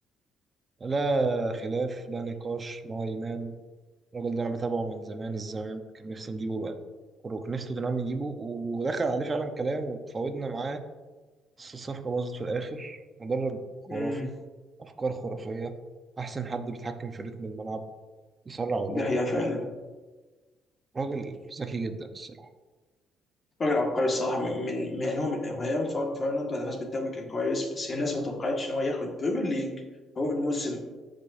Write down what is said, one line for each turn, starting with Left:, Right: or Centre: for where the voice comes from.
Right: لا خلاف لا نقاش مع امام الراجل ده انا بتابعه من زمان الزمان كان نفسي نجيبه بقى كروك نفسي توتنهام نجيبه ودخل عليه فعلا كلام وتفاوضنا معاه بس الصفقه باظت في الاخر مدرب خرافي
Left: امم
Right: افكار خرافيه احسن حد بيتحكم في رتم الملعب يسرع ويبطئ
Left: ده هي فعلا
Right: براحته راجل ذكي جدا الصراحة
Left: راجل عبقري الصراحه من من يعني هو من ايام فاون فيرناند بعد فاز بالدوري كان كويس بس هي الناس ما توقعتش ان هو ياخد بريمير ليج اول موسم